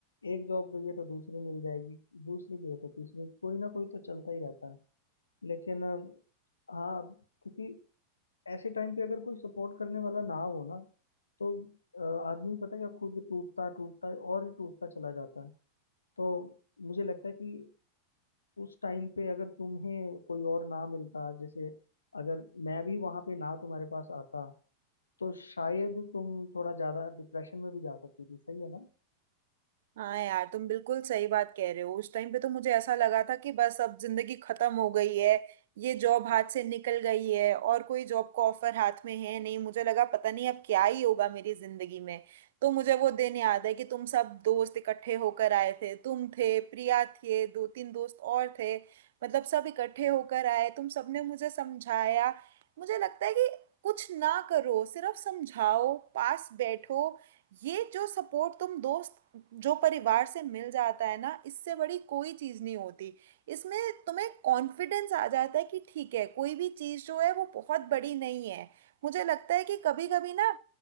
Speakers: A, on the left (about 80°); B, on the right (about 60°).
A: एक जॉब गई है तो दूसरी मिल जाएगी दूसरी गई है तो तीसरी कोई ना कोई तो चलता ही रहता है लेकिन अ, हाँ क्योंकि ऐसे टाइम पे अगर कोई सपोर्ट करने वाला ना हो ना तो अ, आदमी पता है क्या खुद टूटता टूटता है और ही टूटता चला जाता है तो मुझे लगता है कि उस टाइम पे अगर तुम्हें कोई और ना मिलता जैसे अगर मैं भी वहां पे ना तुम्हारे पास आता तो शायद तुम थोड़ा ज्यादा डिप्रेशन में भी जा सकती थी सही है ना
B: हाँ यार तुम बिल्कुल सही बात कह रहे हो उस टाइम पे तो मुझे ऐसा लगा था कि बस अब जिंदगी खत्म हो गई है ये जॉब हाथ से निकल गई है और कोई जॉब का ऑफर हाथ में है नहीं मुझे लगा पता नहीं अब क्या ही होगा मेरी जिंदगी में तो मुझे वो दिन याद है कि तुम सब दोस्त इकट्ठे होकर आए थे तुम थे प्रिया थे दो तीन दोस्त और थे मतलब सब इकट्ठे होकर आए तुम सबने मुझे समझाया मुझे लगता है कि कुछ ना करो सिर्फ समझाओ पास बैठो ये जो सपोर्ट तुम दोस्त जो परिवार से मिल जाता है ना इससे बड़ी कोई चीज़ नहीं होती इसमें तुम्हें कॉन्फिडेंस आ जाता है कि ठीक है कोई भी चीज़ जो है वो बहुत बड़ी नहीं है मुझे लगता है कि कभी कभी ना